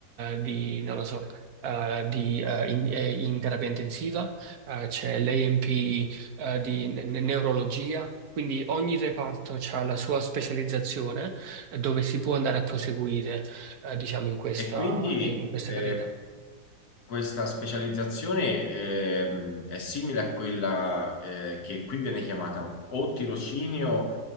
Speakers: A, on the right; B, on the left.
A: di, non lo so, eh, di, eh, in, eh, in terapia intensiva, eh, c'è l'ANP di ne- neurologia. Quindi ogni reparto ha la sua specializzazione eh, dove si può andare a proseguire, eh, diciamo, in questa,
B: E quindi
A: in in questa
B: eh,
A: carriera.
B: Questa specializzazione ehm, è simile a quella eh, che qui viene chiamata o tirocinio